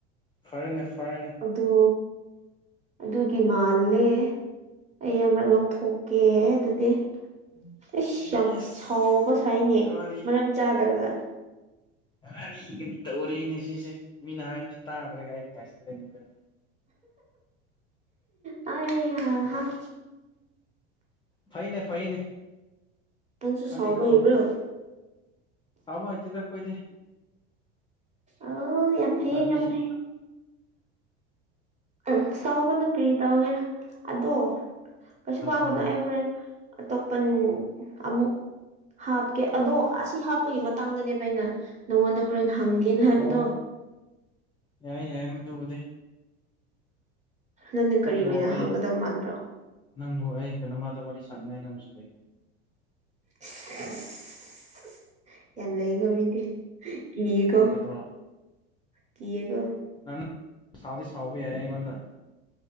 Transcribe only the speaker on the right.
ꯑꯗꯨ ꯑꯗꯨꯒꯤ ꯃꯥꯜꯂꯦ ꯑꯩ ꯑꯃꯔꯛ ꯂꯧꯊꯣꯛꯀꯦ ꯑꯗꯨꯗꯤ ꯑꯁ ꯌꯥꯝ
ꯁꯥꯎꯕ ꯁꯥꯏꯅꯦ
ꯃꯔꯝ ꯆꯥꯗꯔꯒ
ꯑ <unintelligible>
ꯅꯪꯁꯨ
ꯁꯥꯎꯕ
ꯍꯩꯕ꯭ꯔꯣ
ꯑ ꯌꯥꯝ ꯐꯩꯌꯦ ꯌꯥꯝꯐꯩ
ꯎ ꯁꯥꯎꯒꯅꯨ ꯀꯔꯤ ꯇꯧꯒꯦꯅ ꯑꯗꯣ ꯀꯩꯁꯨ ꯋꯥꯒꯅꯣ
ꯑꯩ ꯍꯣꯔꯦꯟ ꯑꯇꯣꯞꯄꯟ ꯑꯃꯨꯛ ꯍꯥꯞꯀꯦ ꯑꯗꯣ ꯑꯁꯤ ꯍꯥꯞꯄꯒꯤ ꯃꯇꯥꯡꯗꯅꯦꯕ ꯑꯩꯅ ꯅꯪꯉꯣꯟꯗ ꯍꯣꯔꯦꯟ ꯍꯪꯒꯦꯅ ꯍꯥꯏꯕꯗꯣ
ꯅꯪꯗꯤ ꯀꯔꯤ
ꯑꯣꯏꯅ
ꯍꯪꯒꯗꯕ ꯃꯥꯟꯕ꯭ꯔꯣ
<unintelligible> ꯑ ꯌꯥꯝ ꯂꯩꯀꯣ ꯃꯤꯗꯤ ꯀꯤꯌꯦꯀꯣ
ꯀꯌꯦꯒ